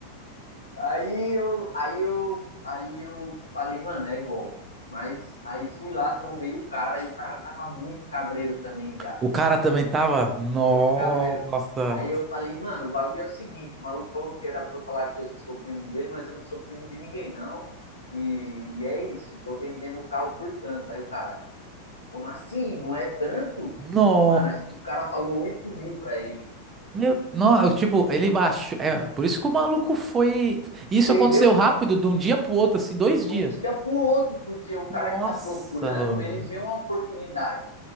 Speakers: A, on the left; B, on the right.
A: Aí eu, aí eu, aí eu falei, mano, é golpe. Mas aí fui lá, trombei o cara, e o cara tava muito cabreiro também, viado.
B: O cara também tava. Nossa.
A: Cabreiro. Aí eu falei, mano, o bagulho é o seguinte, o maluco falou que era pra eu falar que eu sou primo dele, mas eu não sou primo de ninguém, não. E, e é isso, e tô vendendo o carro por tanto. Aí o cara, Como assim? Não é tanto?
B: No.
A: Mano, acho que o cara falou 8 mil pra ele.
B: Meu, não, eu, tipo, ele baixou. É, por isso que o maluco foi. Isso
A: Entendeu?
B: aconteceu
A: De
B: rápido, de um dia pro outro, assim, dois dias.
A: um dia pro outro, porque o cara
B: Nossa,
A: que tá procurando,
B: mano.
A: ele vê uma oportunidade.